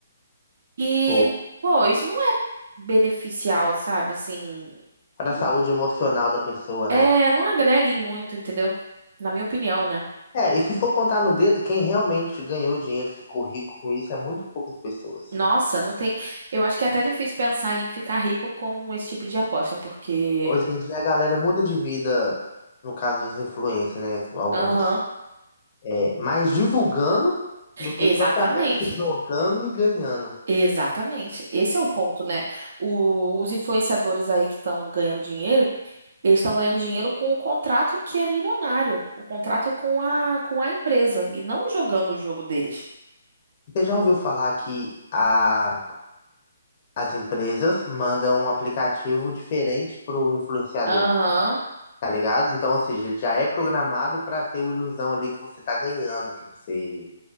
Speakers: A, on the right (about 60°); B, on the left (about 40°).
A: E,
B: pô.
A: pô, isso não é beneficial, sabe? Assim,
B: Para
A: não-
B: a saúde emocional da pessoa,
A: é,
B: né?
A: não agrega em muito, entendeu? Na minha opinião, né?
B: É, e se for contar no dedo, quem realmente ganhou dinheiro, ficou rico com isso, é muito poucas pessoas.
A: Nossa, não tem. Eu acho que é até difícil pensar em ficar rico com esse tipo de aposta, porque.
B: Hoje em dia a galera muda de vida, no caso dos influencers, né? Alguns.
A: Aham,
B: É, mais divulgando do que
A: exatamente.
B: propriamente jogando e ganhando.
A: Exatamente. Esse é o ponto, né? O- os influenciadores aí que estão ganhando dinheiro, eles estão ganhando dinheiro com o contrato que é milionário, o contrato com a, com a empresa, e não jogando o jogo deles.
B: Você já ouviu falar que a, as empresas mandam um aplicativo diferente para o influenciador,
A: Aham,
B: tá ligado? Então, ou seja, ele já é programado para ter uma ilusão ali que você tá ganhando, que você,